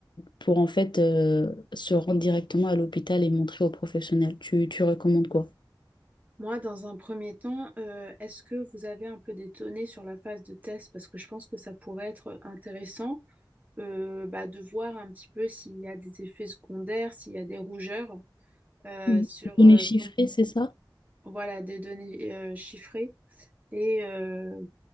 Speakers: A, on the left; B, on the right.
A: pour en fait euh, se rendre directement à l'hôpital et montrer aux professionnels. Tu, tu recommandes quoi?
B: Moi, dans un premier temps, euh, est-ce que vous avez un peu des données sur la phase de test? Parce que je pense que ça pourrait être intéressant euh, bah, de voir un petit peu s'il y a des effets secondaires, s'il y a des rougeurs euh,
A: Oui.
B: sur
A: Les Données
B: euh,
A: chiffrées,
B: com-
A: c'est ça?
B: voilà, des données euh, chiffrées Et euh,